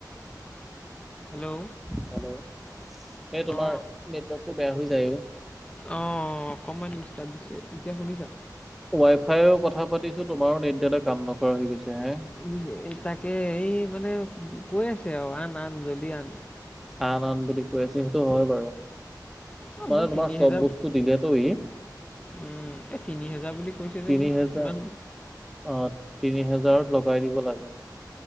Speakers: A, on the left; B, in the centre.
A: হেল্ল'
B: হেল্ল এই তোমাৰ
A: অ
B: নেটৱৰ্কটো বেয়া হৈ যায় অ
A: অ অ অকণমান দিষ্টাব দিছে এতিয়া শুনিছা
B: ৱাই ফাইও কথা পাতিছো তোমাৰো নেট ডালে কাম নকৰা হৈ গৈছে হে
A: ই যে তাকে ই মানে কৈ আছে আৱ আন আন জল্দি আন
B: আন আন বুলি কৈ আছে সেইটো হয় বাৰু
A: অ
B: মানে
A: মোক
B: তোমাৰ
A: তিনি
B: চব
A: হেজাৰ
B: বস্তু দিলেতো ই
A: উম এ তিনি হেজাৰ বুলি কৈছে যে
B: তিনি
A: মোক
B: হেজাৰ
A: ইমান
B: অ তিনি হেজাৰত লগাই দিব লাগে